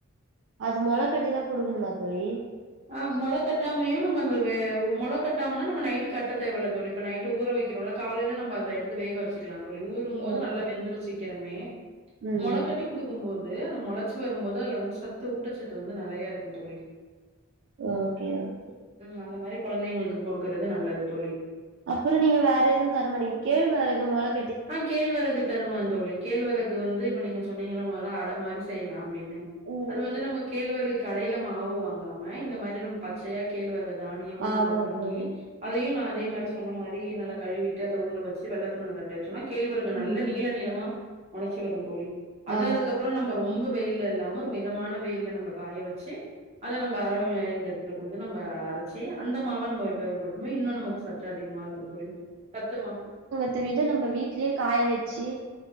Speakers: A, on the right (about 60°); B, on the right (about 30°).
A: அது மொளக்கட்டி தா குடுக்கணுமா தோழி
B: ஆ மொள கட்டாமயு நம்ம அ மொள கட்டாமனா நம்ம நைட்டு கட்ட தேவல்ல தோழி இப்ப நைட்டு ஊற வைக்கிறோல்ல காலையில நம்ம அத எடுத்து வேக வச்சிக்லா தோழி ஊரும் போது
A: ஓகே
B: நல்லா வெந்துடு சீக்ரமே
A: ம்
B: மொளகட்டி குடுக்கு போது அந்த முளச்சி வரும்போது அதுல வந்து சத்து ஊட்டசத்து வந்து நறையா இருக்கு தோழி
A: ஓகே ஓகே
B: உம் அந்த மாரி குழந்தைகளுக்கு கொடுக்றது நல்லது தோழி
A: அப்புறோ நீங்க வேற எதுவு தர மாடிங்க கேழ்வரகு மொளக்
B: ஆ கேழ்வரகு தருவோ தோழி கேழ்வரகு வந்து இப்ப நீங்க சொன்னீங்ல முதல்ல அட மாரி செய்லா அப்டின்னு
A: ம்
B: அது வந்து நம்ம கேழ்வரகு கடையில மாவு வாங்காம இந்த மாரி நம்ம பச் ச்சையா கேள்வரகு தானியமா
A: ஆமா
B: நம்ம வாங்கி
A: தோழி
B: அதையு நா அதே மாரி சொன்ன மாரி நல்லா கழுவிட்டு அத ஊற வச்சி வெள்ளதுணில கட்டி வச்சுருவே கேழ்வரகு நல்ல
A: ம்
B: நீள நீளமா முளச்சி வரும் தோழி அத
A: ஆமா
B: அதுக்கப் அப்பறோ நம்ப ரொம்ப வெயில்ல இல்லாம ஒரு மிதமான வெயில நம்ப காய வச்சி அத நம்ப அரவை இயந்தரத்துல கொடுத்து நம்ம அரைச்சி அந்த மாவ நம்ம உபயோகபடுத்தும்போது இன்னு நமக்கு சத் த்து அதிகமாருக்குந் தோழி கத்துமா
A: இத்தவிட நம்ம வீட்லியேக் காய வெச்சி